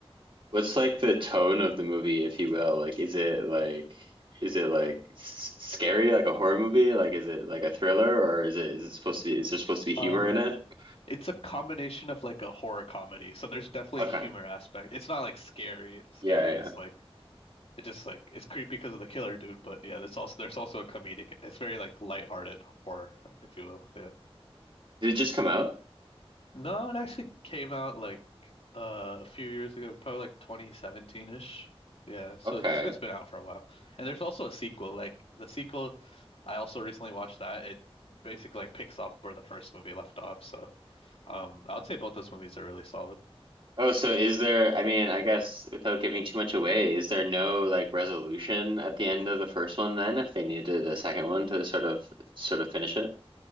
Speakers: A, on the right; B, on the left.
A: What's like the tone of the movie, if you will? Like, is it like is it like s scary, like a horror movie? Like, is it like a thriller, or is it is it supposed to be is there supposed to be humor
B: Uh,
A: in it?
B: it's a combination of like a horror comedy, so there's definitely
A: Okay,
B: humor aspect. It's not like scary, scary.
A: yeah, yeah.
B: It's like It just like it's creepy because of the killer dude, but yeah, there's also there's also a comedic. It's very like lighthearted horror, if you will. Yeah.
A: Did it just come out?
B: No, it actually came out like uh, a few years ago, probably like 2017-ish. Yeah, so
A: Okay.
B: it's it's been out for a while. And there's also a sequel. Like the sequel, I also recently watched that. It basically like picks up where the first movie left off. So um, I would say both those movies are really solid.
A: Oh, so is there, I mean, I guess without giving too much away, is there no like resolution at the end of the first one then if they needed a second one to sort of sort of finish it?